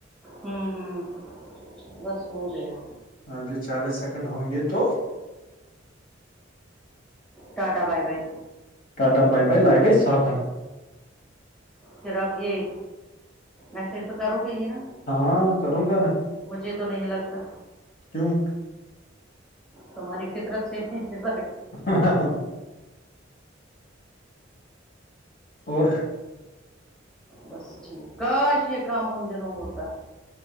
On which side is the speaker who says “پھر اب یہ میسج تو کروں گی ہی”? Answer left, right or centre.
Centre